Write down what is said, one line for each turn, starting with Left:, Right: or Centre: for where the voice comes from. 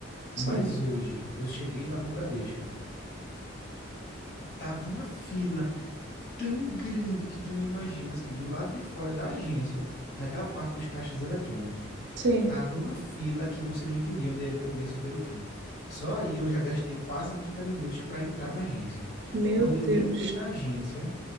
Right: sim,
Left: Mas hoje eu cheguei lá no Bradesco, tava uma fila tão grande que tu não imagina, assim, do lado de fora da agência, naquela parte dos caixas eletrônicos.
Right: sim.
Left: Tava uma fila que você não entendia onde era o começo, onde era o fim. Só aí eu já gastei quase 30 minutos para entrar na agência.
Right: Meu
Left: Quando eu
Right: Deus.
Left: entrei na agência,